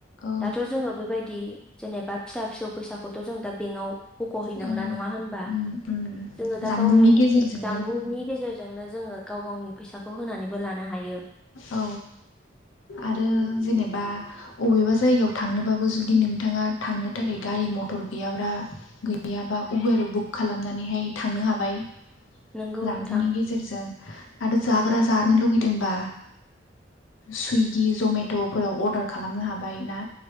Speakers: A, on the left; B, in the centre.
A: औ
B: दाथ' जोङो बेबायदि जेनेबा फिसा फिसौ फैसाखौथ' जों दा बेंकआव बख'हैनांला
A: औ
B: नङा होनबा
A: उम उम
B: जोङो दा
A: जानबुंनि
B: गावनि
A: गेजेरजोंनो
B: जामबुंनि गेजेरजों जोंनो जोङो गाव गावनि फैसाखौ होनानैबो लानो हायो
A: औ आरो जेनेबा अबेबा जायगायाव थांनोबाबो जुदि नोंथाङा थांनो थाखाय गारि मथर गैयाब्ला गै गैयाबा उबेर बुक खालामनानैहाय थांनो हाबाय
B: नोंगौ
A: रानबुंनि
B: नोंथां
A: गेजेरजों आरो
B: नोंगौ
A: जाग्रा जानो लुबैदोंबा सुइगि जमेट'फोराव अर्डार खालामनो हाबाय ना